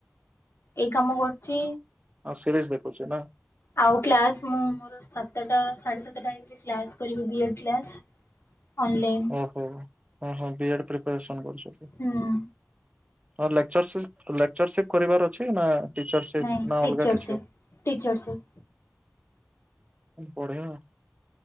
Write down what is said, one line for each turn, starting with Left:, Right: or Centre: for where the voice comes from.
Left: ଏଇ କାମ କରୁଛି।
Right: ହଁ, ସିରିଏସ ଦେଖୁଛ ନା।
Left: ଆଉ କ୍ଲାସ ମୁଁ ମୋର ସାତଟା, ସାଢେ ସାତଟା ଟାଇମ୍ ରେ କ୍ଲାସ କରିବି ବିଏଡ କ୍ଲାସ ଅନଲାଇନ୍।
Right: ଓହୋ, ହ, ହଁ ବି ଏଡ ପ୍ରିପାରେସନ୍ କରୁଛ
Left: ହୁଁ
Right: ହଁ ଲେକଚର ସିପ ଲେକଚର୍ ସିପ କରିବାର ଅଛି ନା ଟିଚର ସିପ
Left: ନାଇଁ
Right: ନା
Left: ଟିଚରସିପ୍
Right: ଅଲଗା କିଛି।
Left: ଟିଚରସିପ୍
Right: ବଢିଆ